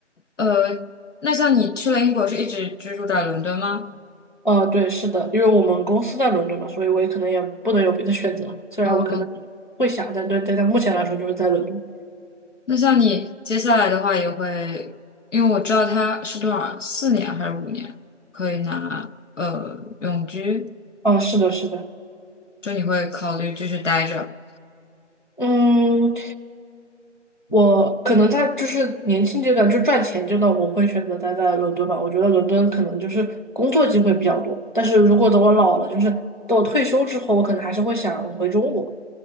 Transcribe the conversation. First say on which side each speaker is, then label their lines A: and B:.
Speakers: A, on the left; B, on the left.
A: 呃，那像你去了英国，是一直居住在伦敦吗？
B: 呃，对，是的，因为我们公司在伦敦嘛，所以我也可能也不能有别的选择。虽然我可能
A: 嗯，
B: 会想，但对，但在目前来说就是在伦敦。
A: 那像你接下来的话也会，因为我知道他是多少，四年还是五年可以拿呃永居，
B: 啊，是的，是的，
A: 就你会考虑继续待着。
B: 嗯，我可能在就是年轻阶段就赚钱阶段，我会选择待在伦敦吧。我觉得伦敦可能就是工作机会比较多，但是如果等我老了，就是等我退休之后，我可能还是会想回中国。